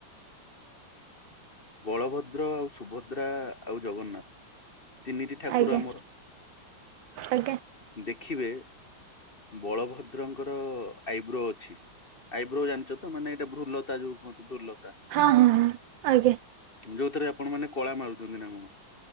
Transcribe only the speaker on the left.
ବଳଭଦ୍ର ଆଉ ସୁଭଦ୍ରା ଆଉ ଜଗନ୍ନାଥ। ତିନିଟି ଠାକୁର
ଆମର
ଦେଖିବେ ବଳଭଦ୍ରଙ୍କର ଆଇବ୍ରୋ ଅଛି। ଆଇବ୍ରୋ ଜାଣିଛ ତ ମାନେ ଏଇଟା ଭୃଲତା ଯୋଉ କୁହନ୍ତି ଭୃଲତା।
ଯୋଉଥିରେ ଆପଣ ମାନେ କଳା ମାରୁଛନ୍ତି ନା କଣ।